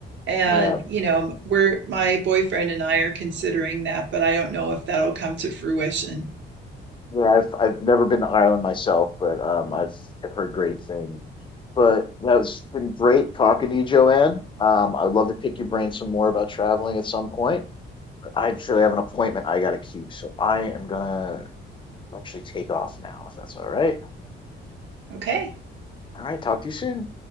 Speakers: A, on the right (about 65°); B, on the left (about 25°).
A: And
B: yeah.
A: you know, we're my boyfriend and I are considering that, but I don't know if that'll come to fruition.
B: Yeah, I've I've never been to Ireland myself, but um I've I've heard great things. But that has been great talking to you, Joanne. Um, I would love to pick your brain some more about traveling at some point. I actually have an appointment I gotta keep, so I am gonna actually take off now, if that's all right.
A: Okay.
B: All right, talk to you soon.